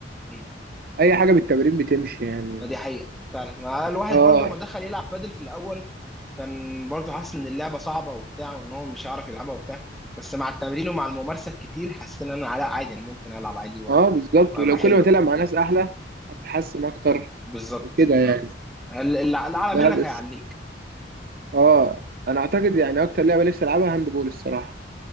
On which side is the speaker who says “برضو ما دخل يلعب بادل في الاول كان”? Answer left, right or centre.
Centre